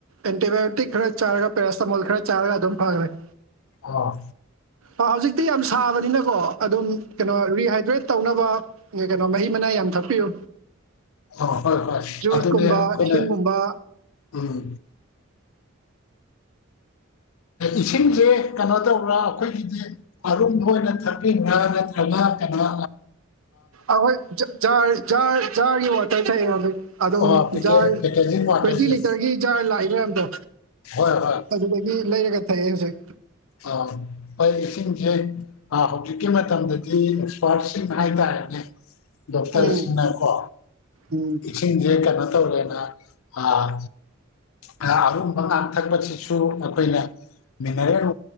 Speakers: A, on the right; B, on the left.
A: ꯑꯦꯟꯇꯤꯕꯥꯏꯌꯣꯇꯤꯛ ꯈꯔ ꯆꯥꯔꯒ ꯄꯦꯔꯁꯇꯇꯥꯃꯣꯜ ꯈꯔ ꯆꯥꯔꯒ ꯑꯗꯨꯝ ꯐꯒꯔꯦ
B: ꯑꯣ
A: ꯍꯧꯖꯤꯛꯇꯤ ꯌꯥꯝ ꯁꯥꯕꯅꯤꯅꯀꯣ ꯑꯗꯨꯝ ꯀꯩꯅꯣ ꯔꯤꯍꯥꯏꯗ꯭ꯔꯦꯠ ꯇꯧꯅꯕ ꯀꯩꯅꯣ ꯃꯍꯤ ꯃꯅꯥꯏ ꯌꯥꯝ ꯊꯛꯄꯤꯌꯨ
B: ꯑꯥ ꯍꯣꯏ ꯍꯣꯏ
A: ꯖꯨꯁꯀꯨꯝꯕ
B: ꯑꯗꯨꯅ ꯑꯩꯈꯩꯅ
A: ꯏꯁꯤꯡꯒꯨꯝꯕ
B: ꯎꯝ ꯏꯁꯤꯡꯖꯦ ꯀꯩꯅꯣ ꯇꯧꯕ꯭ꯔꯥ ꯑꯩꯈꯣꯏꯒꯤꯗꯤ ꯑꯔꯨꯝꯕ ꯑꯣꯏꯅ ꯊꯛꯄꯤꯕ꯭ꯔꯥ ꯅꯠꯇ꯭ꯔꯒ ꯀꯅꯥ
A: ꯑꯍꯣꯏ ꯖꯥꯔ ꯖꯥꯔ ꯖꯥꯔꯒꯤ ꯋꯥꯠ ꯐꯩ ꯐꯩ ꯑꯗꯨ ꯑꯗꯨꯝ
B: ꯑꯣ ꯄꯦꯀꯦ
A: ꯖꯥꯔ
B: ꯄꯦꯀꯦꯖꯤꯡ ꯋꯥꯇꯔꯁꯦ
A: ꯇ꯭ꯋꯏꯟꯇꯤ ꯂꯤꯇꯔꯒꯤ ꯖꯥꯔ ꯂꯥꯛꯏ ꯃꯌꯥꯝꯗꯣ
B: ꯍꯣꯏ ꯍꯣꯏ
A: ꯑꯗꯨꯗꯒꯤ ꯂꯩꯔꯒ ꯊꯛꯑꯦ ꯍꯧꯖꯤꯛ
B: ꯑꯥ ꯐꯩ ꯏꯁꯤꯡꯁꯦ ꯑꯥ ꯍꯧꯖꯤꯛꯀꯤ ꯃꯇꯝꯗꯗꯤ ꯑꯦꯛꯁꯄꯥꯔꯠꯁꯤꯡ ꯍꯥꯏꯇꯥꯔꯦꯅꯦ ꯗꯣꯛꯇꯔꯁꯤꯡꯅꯀꯣ
A: ꯎꯝ ꯎꯝ
B: ꯏꯁꯤꯡꯁꯦ ꯀꯩꯅꯣ ꯇꯧꯔꯦꯅ ꯑꯥ ꯑꯥ ꯑꯔꯨꯝꯕ ꯉꯥꯛ ꯊꯛꯄꯁꯤꯁꯨ ꯑꯩꯈꯣꯏꯅ ꯃꯤꯅꯔꯦꯜ